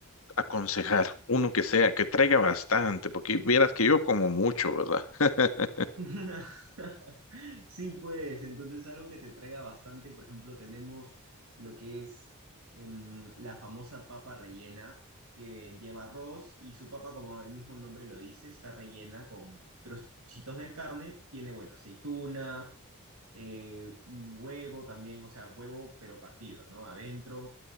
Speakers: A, on the left; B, on the right.
A: aconsejar? Uno que sea, que traiga bastante, porque vieras que yo como mucho, ¿verdad? <laughs>
B: <laughs> Sí, pues, entonces algo que te traiga bastante, por ejemplo, tenemos lo que es em, la famosa papa rellena, que lleva arroz y su papa, como el mismo nombre lo dice, está rellena con trocitos de carne, tiene, bueno, aceituna, eh, un huevo también, o sea, huevo pero partido, ¿no? Adentro.